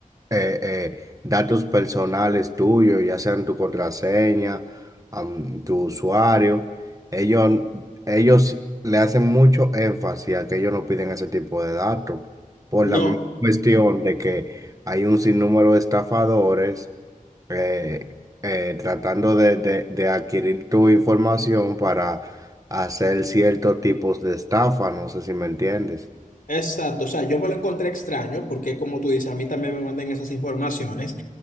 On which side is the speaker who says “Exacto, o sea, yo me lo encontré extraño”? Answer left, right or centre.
Left